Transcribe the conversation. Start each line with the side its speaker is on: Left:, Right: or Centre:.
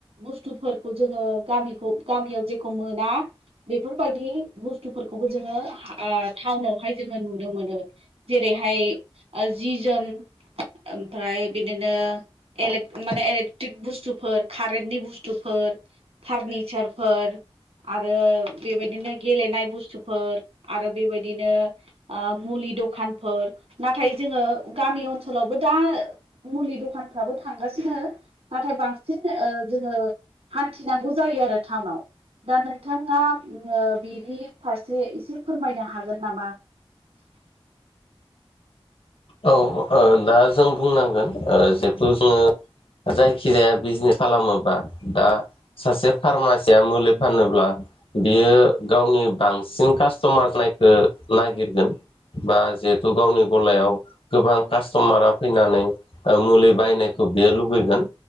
Right: बुस्थुफोरखौ जोङो गामिखौ गामियाव इखौ मोना बेफोरबायदि बुस्थुफोरखौबो जोङो ओ टाउनावहाय जोङो नुनो मोनो जेरै हाय ओ जि जोम ओमफ्राय बिदिनो इले माने इलेक्ट्रिक बुस्थुफोर कारेन्टनि बुस्थुफोर फारनिचियार फोर आरो बेबायदिनो गेलेनाय बुस्थुफोर आरो बेबायदिनो ओ मुलि दखानफोर नाथाय जोङो गामि ओनसोलावबो दा मुलि दखानफ्राबो थांगासिनो नाथाय बांसिन ओ जोङो हान्थिनांगौ जायो आरो टाउनाव दा नोंथांङा ओ बिनि फारसे एसे फोरमायनो हागोन नामा?
Left: औ ओ दा जों बुंनांगोन जिहेथु जोङो जायखिजाया बिजनेस खालामोबा दा सासे फार्मासिया मुलि फानोब्ला बियो गावनि बांसिन कास्टमार नायखो नागिरगोन बा जिहेथु गावनि गलायाव गोबां कास्टमारा फैनानै मुलि बायनायखौ बेयो लुबैगोन